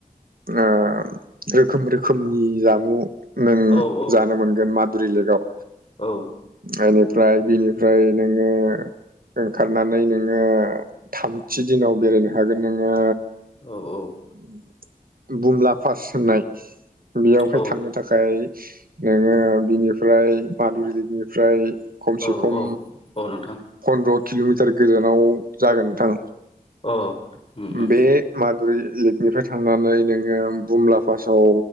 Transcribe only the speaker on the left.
औ औ
औ।
औ औ।
औ
औ
औ औ नोंथां
अ। उम उम